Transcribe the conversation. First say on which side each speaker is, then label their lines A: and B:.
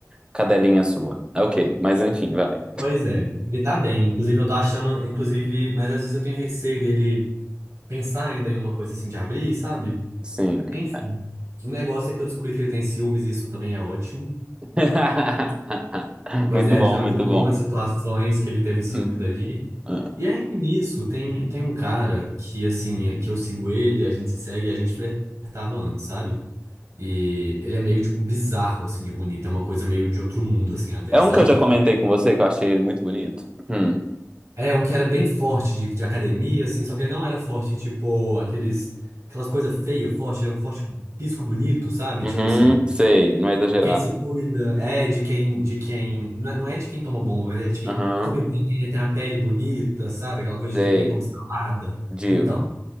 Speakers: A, on the right; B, on the right.
A: cadelinha sua. É Ok, mas enfim, vai.
B: Pois é, ele tá bem. Inclusive, eu tô achando, inclusive, mas às vezes eu tenho receio dele pensar ainda em uma coisa assim de abrir, sabe?
A: Sim.
B: Enfim, o negócio é que eu descobri que ele tem ciúmes e isso também é ótimo.
A: <laughs>
B: Pois
A: Muito
B: é,
A: bom,
B: ele já me
A: muito
B: contou
A: bom.
B: umas situações que ele teve ciúmes
A: Hum,
B: ali.
A: hum.
B: E aí nisso, tem, tem um cara que, assim, é, que eu sigo ele, a gente se segue, a gente flertava antes, sabe? E ele é meio, tipo, bizarro, assim, de bonito. É uma coisa meio de outro mundo, assim, até,
A: É
B: sabe?
A: um que eu já comentei com você que eu achei ele muito bonito. Hum.
B: É um que era bem forte de, de academia, assim, só que ele não era forte, tipo, aqueles, aquelas coisas feias, forte. Ele é um forte físico bonito, sabe?
A: Uhum,
B: Tipo assim.
A: sei, não é exagerado.
B: Quem se cuida, é de quem, de quem, não é não é de quem toma bomba, mas é de quem
A: Aham,
B: come bem, quem tem a pele bonita, sabe? Aquela coisa
A: sei,
B: de que quem come salada.
A: divo.
B: Então,